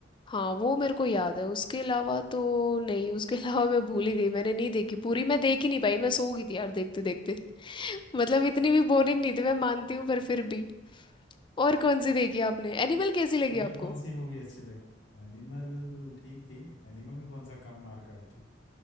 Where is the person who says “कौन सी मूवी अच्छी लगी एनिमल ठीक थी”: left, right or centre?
Left